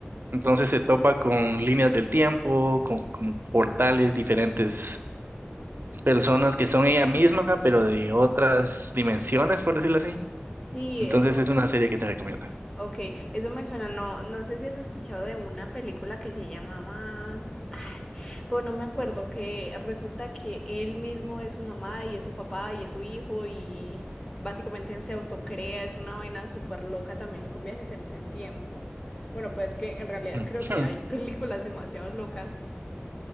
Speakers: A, on the right; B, on the left.
A: Entonces
B: Mm,
A: se topa con líneas del tiempo, con, con portales, diferentes personas que son ella misma, pero de otras dimensiones, por decirlo así.
B: Sí,
A: Entonces
B: eso,
A: es una serie que te recomiendo.
B: ok, eso me suena, no, no sé si has escuchado de una película que se llamaba, Pues no me acuerdo, que resulta que él mismo es su mamá y es su papá y es su hijo y básicamente él se autocrea, es una vaina súper loca también con viajes en el tiempo. Bueno, pues es que en realidad
A: Mm.
B: creo que hay
A: <laughs>
B: películas demasiado locas.